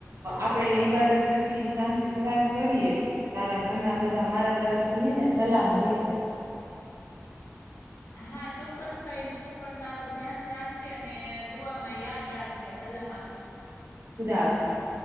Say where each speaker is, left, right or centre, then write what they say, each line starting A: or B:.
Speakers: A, on the right (about 60°); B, on the left (about 75°).
A: આપડે ઈબાદત પછી શાંતિથી વાત કરીએ તારા ઘરના બધા મારા તરફથી હે ને સલામ કહેજે.
B: <inaudible> હા ચોક્કસ કહીશ તું પણ તારું ધ્યાન રાખશે અને દુવામાં યાદ રાખશે અલ્લાહ હાફિઝ
A: ખુદા હાફિશ